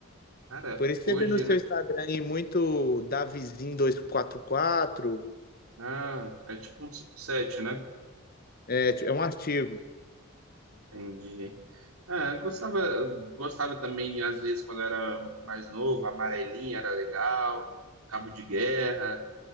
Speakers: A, on the right; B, on the left.
A: Cara,
B: Por isso
A: hoje,
B: você vê no seu
A: né?
B: Instagram aí muito Davizinho 244.
A: Ah, é tipo um 7, né?
B: É, ti- é um artigo.
A: Entendi. É, eu gostava, eu gostava também, às vezes, quando era mais novo, amarelinha era legal, cabo de guerra,